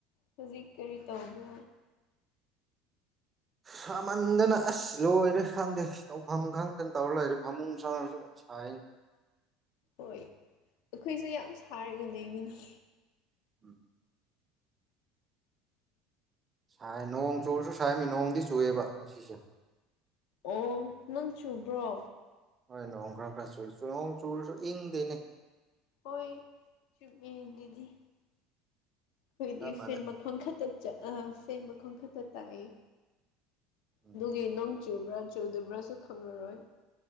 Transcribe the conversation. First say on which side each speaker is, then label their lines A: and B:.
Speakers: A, on the left; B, on the right.
A: ꯍꯧꯖꯤꯛ ꯀꯔꯤ ꯇꯧꯕ꯭ꯔꯣ
B: ꯁꯥꯃꯟꯗꯅ ꯑꯁ ꯂꯣꯏꯔꯦ ꯈꯪꯗꯦ ꯇꯧꯐꯝ ꯈꯪꯗꯅ ꯇꯧꯔ ꯂꯩꯔꯦ ꯐꯃꯨꯡ ꯁꯪꯅꯔꯁꯨ <unintelligible>
A: ꯍꯣꯏ ꯑꯩꯈꯣꯏꯁꯦ ꯌꯥꯝ ꯁꯥꯔꯒ ꯂꯩꯃꯤꯉ
B: ꯎꯝ ꯥꯏ ꯅꯣꯡ ꯆꯨꯔꯁꯨ ꯁꯥꯏꯔꯝꯃꯤ ꯅꯣꯡꯗꯤ ꯆꯨꯑꯦꯕ ꯉꯁꯤꯁꯦ
A: ꯑꯣ ꯅꯪ ꯆꯨꯕ꯭ꯔꯣ
B: ꯍꯣꯏ ꯅꯣꯡ ꯈꯔ ꯈꯔ ꯆꯨꯁꯨ ꯅꯣꯡ ꯆꯨꯔꯁꯨ ꯏꯪꯗꯦꯅꯦ
A: ꯍꯣꯏ ꯆꯗꯤ ꯑꯩꯈꯣꯏꯗꯤ
B: ꯆꯞ ꯃꯥꯟꯅꯩ
A: ꯐꯦꯟ ꯃꯈꯣꯡ ꯈꯛꯇ ꯑ ꯐꯦꯟ ꯃꯈꯣꯡ ꯈꯛꯇ ꯇꯥꯛꯏ
B: ꯎꯝ
A: ꯑꯗꯨꯒꯤ ꯅꯣꯡ ꯆꯨꯕ꯭ꯔꯥ ꯆꯨꯗꯕ꯭ꯔꯥꯁꯨ ꯈꯪꯂꯔꯣꯏ